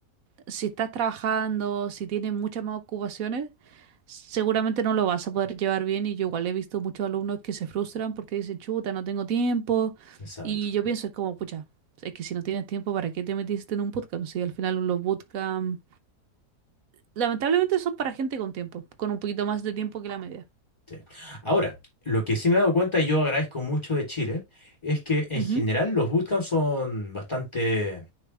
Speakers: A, on the right (about 60°); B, on the left (about 15°).
A: si estás trabajando, si tienes muchas más ocupaciones, seguramente no lo vas a poder llevar bien. Y yo igual he visto muchos alumnos que se frustran porque dicen, chuta, no tengo tiempo.
B: Exacto.
A: Y yo pienso, es como, pucha, es que si no tienes tiempo, ¿para qué te metiste en un bootcamp? Si al final los bootcamp, lamentablemente son para gente con tiempo, con un poquito más de tiempo que la media.
B: sí. Ahora, lo que sí me he dado cuenta, y yo agradezco mucho de Chile, es que en
A: Ujú,
B: general los bootcamps son bastante